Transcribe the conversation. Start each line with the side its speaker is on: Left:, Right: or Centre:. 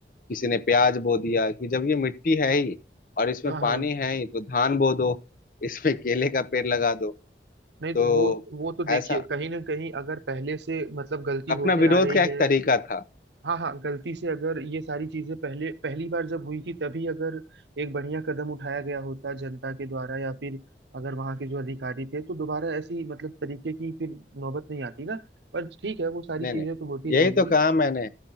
Left: किसी ने प्याज बो दिया कि जब ये मिट्टी है ही और इसमें
Right: हाँ
Left: पानी
Right: हाँ
Left: है ही तो धान बो दो इसमें केले का पेड़ लगा दो
Right: नहीं तो
Left: तो
Right: वो वो तो
Left: ऐसा
Right: देखिए कहीं ना कहीं अगर पहले से मतलब गलती
Left: अपना
Right: होते
Left: विरोध
Right: आ रही
Left: का
Right: है
Left: एक तरीका था
Right: हाँ हाँ गलती से अगर ये सारी चीजें पहले पहली बार जब हुई थी तभी अगर एक बढ़िया कदम उठाया गया होता जनता के द्वारा या फिर अगर वहाँ के जो अधिकारी थे तो दोबारा ऐसी मतलब तरीके की फिर नौबत नहीं आती ना पर ठीक है वो सारी
Left: नहीं
Right: चीजें
Left: नहीं
Right: तो होती
Left: यही
Right: रहेंगी
Left: तो कहा मैंने